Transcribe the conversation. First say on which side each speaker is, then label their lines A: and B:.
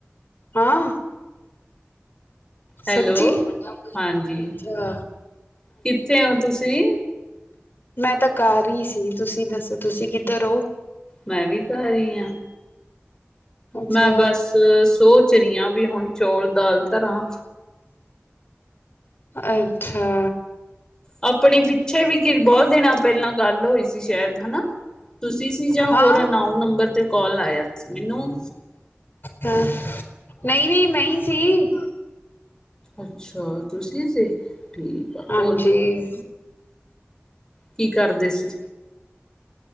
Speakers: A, on the left (about 50°); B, on the left (about 15°).
A: ਹਾਂ। ਸੱਚੀਂ,
B: ਹੈਲੋ
A: ਅੱਛਾ-ਅੱਛਾ।
B: ਹਾਂਜੀ ਕਿੱਥੇ ਹੋ ਤੁਸੀਂ
A: ਮੈਂ ਤਾਂ ਘਰ ਹੀ ਸੀ, ਤੁਸੀਂ ਦੱਸੋ ਤੁਸੀਂ ਕਿੱਧਰ ਹੋ?
B: ਮੈਂ ਵੀ ਘਰ ਈ ਆ।
A: ਅੱਛਾ,
B: ਮੈਂ ਬਸ, ਸੋਚ ਰਹੀ ਹਾਂ ਵੀ, ਹੁਣ ਚੌਲ- ਦਾਲ ਧਰਾਂ।
A: ਅੱਛਾ
B: ਆਪਣੀ ਪਿੱਛੇ ਵੀ ਕੀ ਬਹੁਤ ਦਿਨਾਂ ਪਹਿਲਾਂ ਗੱਲ ਹੋਈ ਸੀ। ਤੁਸੀ ਸ਼ਾਇਦ ਹਨਾ, ਤੁਸੀਂ ਸੀ ਜਾਂ
A: ਹਾਂ
B: ਹੋਰ ਅਨਾਓਨ ਨੰਬਰ ਤੇ ਕਾਲ ਆਇਆ ਸੀ ਮੈਨੂੰ।
A: ਹਾਂ, ਨਹੀਂ -ਨਹੀਂ ਮੈਂ ਈ ਸੀ।
B: ਅੱਛਾ, ਤੁਸੀਂ ਸੀ ਠੀਕ ਆਂ
A: ਹਾਂਜੀ
B: ਹੋਰ? ਕੀ ਕਰਦੇ ਸੀ?